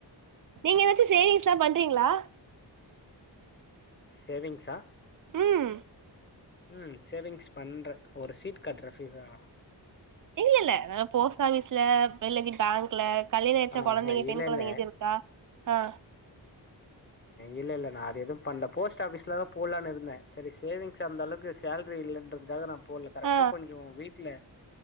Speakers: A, on the right; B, on the left.
A: நீங்க எதாச்சு சேவிங்ஸ்ல்லா பண்றீங்ளா
B: சேவிங்ஸ்ஸா
A: ம்
B: ம் சேவிங்ஸ் பண்ற ஒரு சீட் கட்ற <unintelligible>
A: இல்ல இல்ல போஸ்ட் ஆஃபிஸ்ல வெள்ளதி பேங்க்ல கல்யாண் ஆயிச்சினா
B: ஆ
A: கொழந்தைங்க பெண்
B: இல்லை
A: கொழந்தைங்க
B: இல்லை
A: எது இருக்கா ஆ
B: இல்ல இல்ல நா அது எதுவும் பண்ல போஸ்ட் ஆஃபீஸ்ல தா போல்லான் இருந்த சேரி சேவிங்ஸ் அந்தளவுக்கு சேல்ரி இல்லன்றதுக்காக நா போல்ல கரெக்ட்டா
A: ஆ
B: கொஞ்சோ வீட்ல